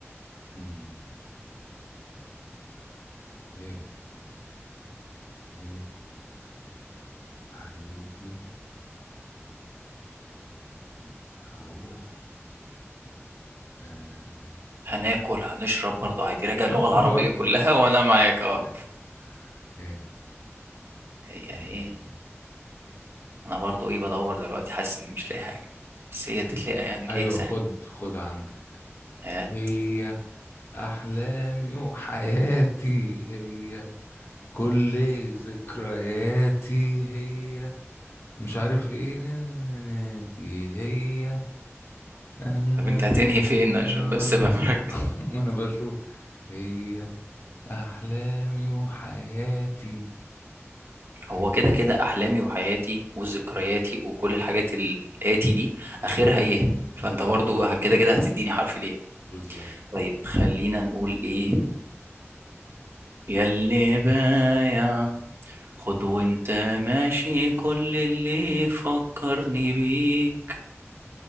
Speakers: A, on the left; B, on the right.
A: امم ايه ايه هيجي هيجي هروح آه.
B: هناكل هنشرب برضو عادي راجع
A: <laughs>
B: اللغة العربية
A: برضه
B: كلها <laughs> وانا معاك اه
A: ايه إيه.
B: هي
A: أمم.
B: ايه انا برضو ايه بدور دلوقتي حاسس اني مش لاقي حاجة بس هي تتلاقى يعني ليه
A: ايوه
B: سهلة
A: خد خد عندك
B: آه،
A: هي احلامي وحياتي هي كل ذكرياتي هي مش عارف ايه نناتي هي لا لا
B: طب انت هتنهي فين
A: لا لا.
B: عشان بس ابقى <laughs> مركز
A: <laughs> ما انا بشوف هي احلامي وحياتي حياتي
B: هو كده كده احلامي وحياتي وذكرياتي وكل الحاجات الاتي دي اخرها ايه
A: بالظبط
B: فانت برضو هت- كده كده هتديني حرف ليه
A: بالظبط
B: طيب خلينا نقول ايه ياللي بايع خد وانت ماشي كل اللي فكرني بيه